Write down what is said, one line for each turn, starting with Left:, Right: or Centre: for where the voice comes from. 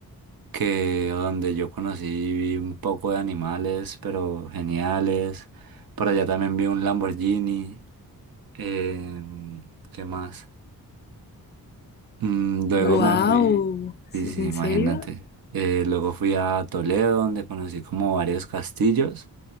Right: que donde yo conocí un poco de animales, pero geniales. Por allá también vi un Lamborghini. em, ¿qué más? Mm, luego
Left: Wow,
Right: me fui, sí,
Left: ¿en
Right: sí, imagínate.
Left: la serio?
Right: Eh, luego fui a Toledo, donde conocí como varios castillos